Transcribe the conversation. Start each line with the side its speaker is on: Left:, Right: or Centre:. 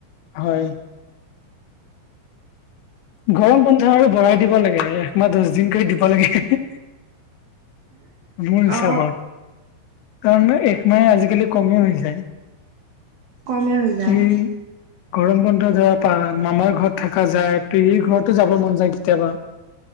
Left: হয় গৰম বন্ধ আৰু বঢ়াই দিব লাগে একমাহ দহ দিন কৰি দিব লাগে মোৰ হিচাপত
Right: অ
Left: কাৰণ এক মাহে আজিকালি কমেই হৈ যায়
Right: কমে হৈ যায়
Left: ওম গৰম বন্ধ ধৰা পা মামাৰ ঘৰত থকা যায় পেহী ঘৰতো যাব মন যায় কেতিয়াবা